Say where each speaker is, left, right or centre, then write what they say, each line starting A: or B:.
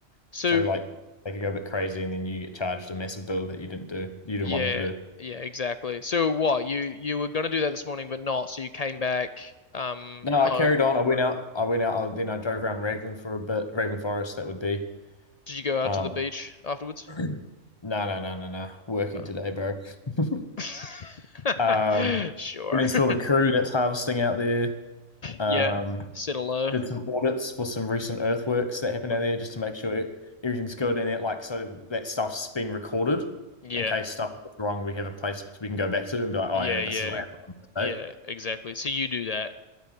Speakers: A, on the left; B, on the left.
A: So
B: So like they could go a bit crazy and then you get charged a massive bill that you didn't do you didn't
A: yeah,
B: want them to do.
A: yeah, exactly. So what, you you were gonna do that this morning but not, so you came back um
B: No,
A: home.
B: I carried on. I went out. I went out. I, then I drove around Raglan for a bit. Raglan Forest, that would be.
A: Did you go out
B: Um,
A: to the beach afterwards?
B: <clears throat> no, no, no, no, no. Working
A: Oh.
B: today, bro. <laughs>
A: <laughs>
B: um,
A: Sure.
B: went and saw
A: <laughs>
B: the crew that's harvesting out there. Um,
A: Yeah. Settle low.
B: did some audits for some recent earthworks that happened
A: What-
B: out there just to make sure everything's good and that like so that stuff's been recorded
A: Yeah.
B: in case stuff goes wrong we have a place we can go back to and be like oh
A: Yeah,
B: yeah this
A: yeah.
B: is what happened on this
A: Yeah,
B: day
A: exactly. So you do that.